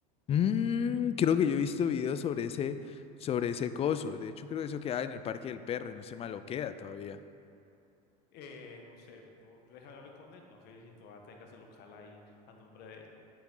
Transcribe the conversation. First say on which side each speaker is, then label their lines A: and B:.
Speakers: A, on the left (about 30°); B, on the left (about 55°).
A: Mm, creo que yo he visto videos sobre ese, sobre ese coso. De hecho, creo que eso queda en el Parque del Perro y no se maloquea todavía.
B: Eh, no sé, no, yo dejé hablar con él, no sé si todavía tenga ese local ahí a nombre de él.